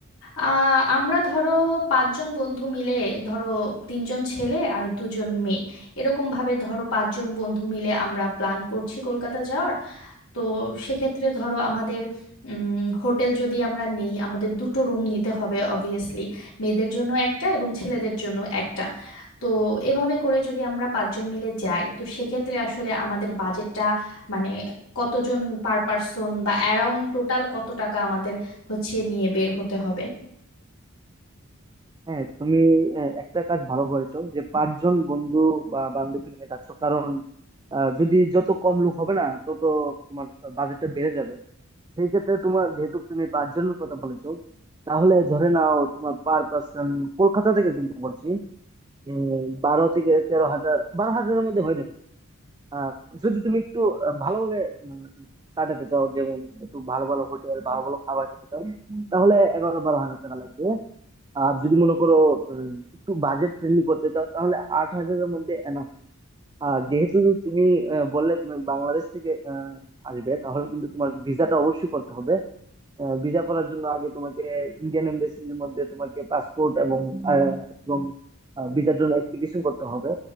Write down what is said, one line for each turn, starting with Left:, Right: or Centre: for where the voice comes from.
Left: আহ আমরা ধরো পাঁচজন বন্ধু মিলে ধরো তিনজন ছেলে আর দুজন মেয়ে এরকম ভাবে ধরো পাঁচজন বন্ধু মিলে আমরা প্ল্যান করছি কলকাতা যাওয়ার তো সেক্ষেত্রে ধরো আমাদের হোটেল যদি আমরা নেই আমাদের দুটো রুম নিতে হবে অবভিয়াসলি মেয়েদের জন্য একটা এবং ছেলেদের জন্য একটা তো এভাবে করে যদি আমরা পাঁচজন মিলে যাই তো সেক্ষেত্রে আসলে আমাদের বাজেটটা মানে কতজন পার পার্সন বা অ্যারাউন্ড টোটাল কত টাকা আমাদের হচ্ছে নিয়ে বের হতে হবে
Right: হ্যাঁ তুমি আহ, একটা কাজ ভালো করেছো যে পাঁচজন বন্ধু বা বান্ধবী নিয়ে যাচ্ছ কারণ আহ, যদি যত কম লোক হবে না তত তোমার বাজেটটা বেড়ে যাবে সেই ক্ষেত্রে তোমার যেহেতু তুমি পাঁচজনের কথা বলেছো তাহলে ধরে নাও তোমার পার পার্সন কলকাতা থেকে কিন্তু বলছি উম, বারো থেকে তেরো হাজার বারো হাজারের মধ্যে হয়ে যাবে আহ, যদি তুমি একটু আহ, ভালোভাবে উম, কাটাতে চাও যেমন একটু ভালো ভালো হোটেল ভালো ভালো খাবার খেতে চাও তাহলে এগারো বারো হাজার টাকা লাগবে আর যদি মনে করো উম, একটু বাজেট ফ্রেন্ডলি করতে চাও তাহলে আট হাজারের মধ্যে এনাফ আর যেহেতু তুমি আহ, বললে তুমি বাংলাদেশ থেকে আহ, আসবে তাহলে কিন্তু তোমার ভিসাটা অবশ্যই করতে হবে ভিসা করার জন্য আগে তোমাকে ইন্ডিয়ান এমবাসির মধ্যে তোমাকে পাসপোর্ট এবং আহ, এবং ভিসার জন্য অ্যাপ্লিকেশন করতে হবে